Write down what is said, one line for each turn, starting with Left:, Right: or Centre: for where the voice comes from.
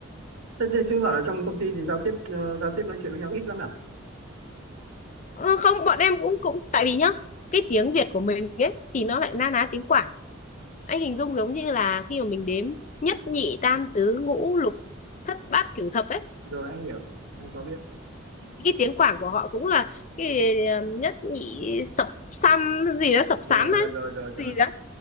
Right: Thế, thế chứng tỏ là trong công ty thì giao tiếp ờ, giao tiếp nói chuyện với nhau ít lắm à?
Left: Ờ, không bọn em cũng cũng tại vì nhá cái tiếng Việt của mình ấy thì nó lại na ná tiếng Quảng anh hình dung giống như là khi mà mình đếm nhất nhị tam tứ ngũ lục thất bát cửu thập ấy
Right: rồi anh hiểu anh có biết
Left: cái tiếng Quảng của họ cũng là cái ờ, nhất nhị
Right: Ừ.
Left: sập xăm gì đó sập sám
Right: rồi rồi
Left: ấy
Right: rồi rồi rồi
Left: gì đó